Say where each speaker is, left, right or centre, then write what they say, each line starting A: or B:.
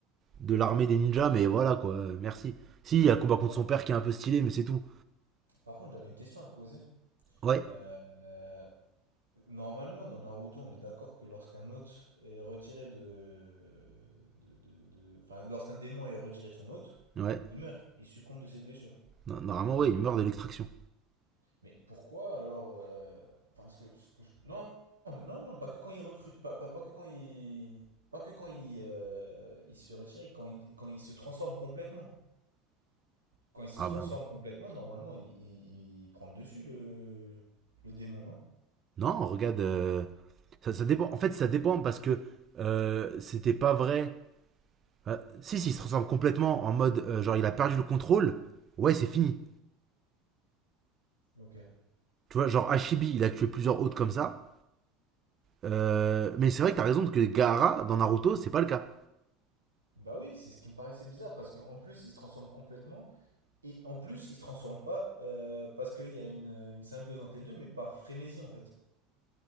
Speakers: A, on the right (about 35°); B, on the right (about 80°).
A: de l'armée des ninjas, mais voilà, quoi. euh, Merci. Si, il y a un combat contre
B: Ah.
A: son père qui est un peu stylé, mais c'est tout.
B: Par contre, j'avais une question à te poser.
A: Ouais,
B: Euh, Normalement, dans Naruto, on est d'accord que lorsqu'un hôte est retiré de, de, de- de- Enfin, lorsqu'un démon est retiré de son hôte,
A: ouais.
B: il meurt, il succombe de ses blessures.
A: No- Normalement, ouais, il meurt de l'extraction.
B: Mais pourquoi alors... euh, Enfin, ce que, ce que je- Non, mais non, non, pas que quand il recrute, pas, pas, pas que quand il... Pas que quand il, euh, il se fait retirer, quand il, quand il se transforme complètement. Quand il se
A: Ah
B: transforme
A: ben non.
B: complètement, normalement, il, il- il prend le dessus, le, le démon, non?
A: Non, regarde. euh, Ça, ça dépend. En fait, ça dépend parce que euh, c'était pas vrai. Euh, si, si, il se ressemble complètement en mode euh, genre il a perdu le contrôle. Ouais, c'est fini.
B: Ok.
A: Tu vois, genre Hashibi, il a tué plusieurs autres comme ça. Euh, mais c'est vrai que t'as raison que Gaara dans Naruto, c'est pas le cas.
B: Bah oui, c'est ce qui me paraissait bizarre, parce qu'en plus, il se transforme complètement. Et en plus, ils se transforment pas euh, parce qu'il y a une, une symbiose entre les deux, mais par frénésie en fait.